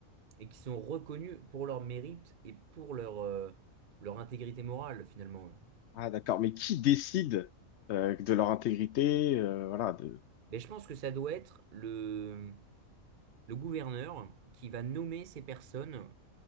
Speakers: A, on the right; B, on the left.
A: et qui sont reconnus pour leur mérite et pour leur, euh, leur intégrité morale finalement.
B: Ah, d'accord. Mais qui décide euh, de leur intégrité, euh, voilà, de...
A: Mais je pense que ça doit être le, le gouverneur qui va nommer ces personnes